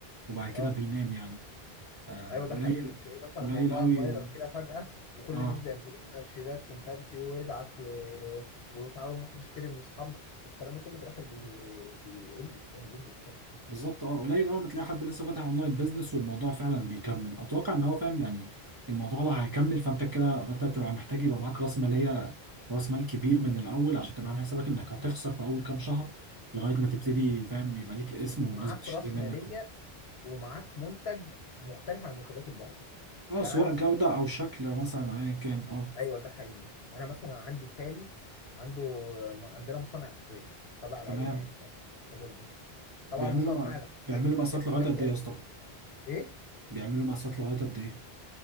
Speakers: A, on the right (about 25°); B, on the left (about 80°).
A: وبعد كده
B: اه
A: بينام يعني آه،
B: ايوه
A: قليل
B: ده حقيقي بتلاقيه مثلا
A: قليل
B: الموضوع
A: قوي
B: فايرال كده فجأة وكل
A: اه
B: الناس بيعملوا لها شيرات ومش عارف ايه ويبعت و... وتعالوا نروح نشتري من اصحابنا والكلام ده كله في الاخر بي- بيقل يعني بيقل تاني
A: بالظبط اه قليل قوي ما تلاقي حد لسه فاتح اونلاين بيزنس والموضوع فعلا بيكمل اتوقع ان هو فاهم يعني الموضوع لو هيكمل فانت كده فانت تبقى محتاج يبقى معاك راس ماليه راس مال كبير من الاول عشان تبقى عامل حسابك انك هتخسر في اول كام شهر لغايه ما تبتدي فاهم يبقى ليك اسم والناس
B: معاك
A: بتشتري
B: راس
A: منك
B: ماليه ومعاك منتج مختلف عن منتجات الباقيه
A: اه
B: يعني
A: سواء
B: انا مثلا
A: جودة
B: <laughs>
A: أو شكل مثلا أيا كان اه
B: ايوه ده حقيقي انا مثلا عندي خالي عنده عندنا مصنع احذيه تبع العيله
A: تمام
B: يعني بتاعت بتاعت والدتي طبعا
A: بيعملوا
B: مصانع
A: ما...
B: الاحذيه
A: بيعملوا مقاسات
B: دي كانت
A: لغاية
B: بتبيع
A: قد
B: كويس
A: إيه يا اسطى؟
B: ايه؟
A: بيعملوا مقاسات لغاية قد إيه؟